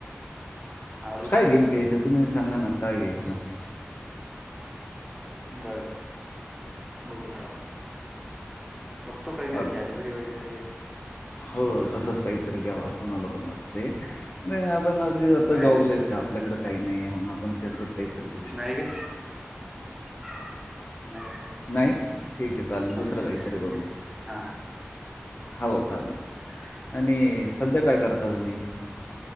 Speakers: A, in the centre; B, on the left.
A: आरुष
B: काय
A: साईला
B: गिफ्ट घ्यायचं तुम्ही सांगा ना काय घ्यायचं?
A: <inaudible> बर-बर बघूता. बघतो काहीतरी
B: हॅलो
A: कॅडबरी वगैरे
B: हो तसंच काहीतरी घ्याव असं मला पण वाटत नाही आपण आधी
A: नाही
B: आता जॉब
A: नाही
B: लयच आहे, आपल्याकडे काही नाही आहे. आपण तेसच काहीतरी घेऊ शकतोय.
A: नाही ग <unintelligible>
B: नाही, ठीक आहे! चालेल
A: नाही
B: दुसरं
A: नाही
B: काहीतरी बघू
A: हा
B: हो चालेल आणि सध्या काय करता तुम्ही.